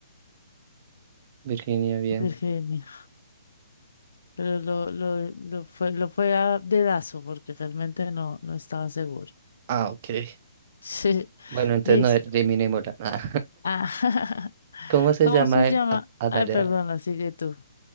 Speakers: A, on the right (about 30°); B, on the left (about 75°).
A: Virginia, bien.
B: Virginia. Pero lo, lo, lo fue, lo fue a dedazo porque realmente no, no estaba seguro. <laughs>
A: Ah, ok.
B: Sí.
A: Bueno, entonces
B: Listo.
A: no eliminémosla. <laughs> Ah,
B: Ah, <laughs>
A: ¿Cómo se
B: ¿Cómo
A: llama
B: se llama?
A: el... Ah, ah,
B: Ay,
A: dale,
B: perdón,
A: dale.
B: sigue tú.